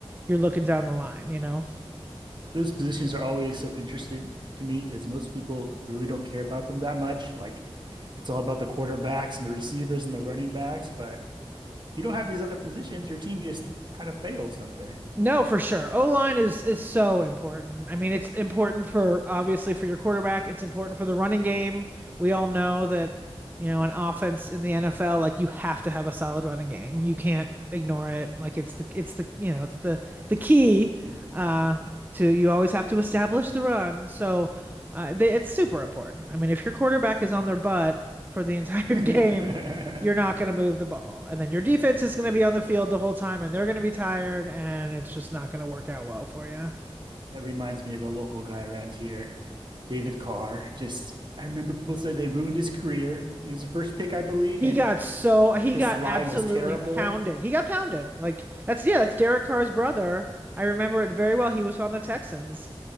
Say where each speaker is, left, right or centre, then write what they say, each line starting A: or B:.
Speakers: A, on the right; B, on the right.
A: you're looking down the line, you know?
B: those positions are always so interesting to me because most people really don't care about them that much. Like it's all about the quarterbacks and the receivers and the running backs. But if you don't have these other positions, your team just kind of fails, don't they?
A: No, for sure. O-line is is so important. I mean, it's important for obviously for your quarterback, it's important for the running game. We all know that, you know, an offense in the NFL, like you have to have a solid running game. You can't ignore it. Like it's the it's the, you know, it's the the key uh to you always have to establish the run. So, uh they, it's super important. I mean, if your quarterback is on their butt for the entire
B: <laughs>
A: <laughs> game, you're not going to move the ball. And then your defense is going to be on the field the whole time and they're going to be tired and it's just not going to work out well for you.
B: That reminds me of a local guy around here, David Carr. Just I remember people say they ruined his career. He was the first pick, I believe,
A: He
B: and
A: got so he
B: his
A: got
B: line
A: absolutely
B: was terrible.
A: pounded. He got pounded. Like that's yeah, that's Derek Carr's brother. I remember it very well. He was on the Texans